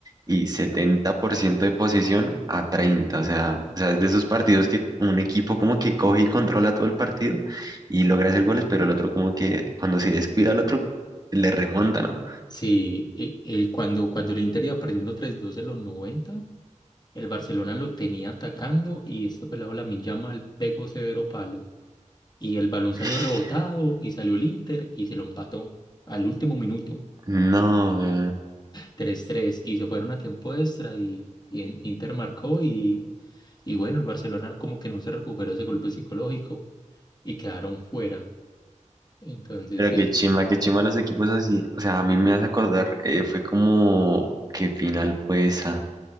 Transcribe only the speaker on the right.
y 70% de posesión a treinta O sea, o sea, es de esos partidos que un equipo como que coge y controla todo el partido y logra hacer goles, pero el otro como que cuando se descuida al otro le remonta, ¿no?
Uy,
No, weón.
Pero
qué
chimba, qué chimba los equipos así. O sea, a mí me hace acordar, eh, fue como, ¿qué final fue esa?